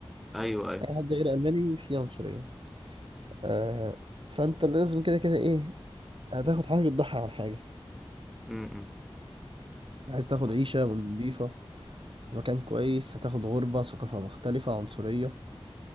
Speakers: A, in the centre; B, on the right.
A: أيوه أيوه
B: اي حد غير ألماني فيه عنصرية آه فانت لازم كده كده ايه هتاخد حاجة تضحي عن حاجة
A: أمم، أمم.
B: عايز تاخد
A: صح
B: عيشة نضيفة مكان كويس هتاخد غربة ثقافة مختلفة عنصرية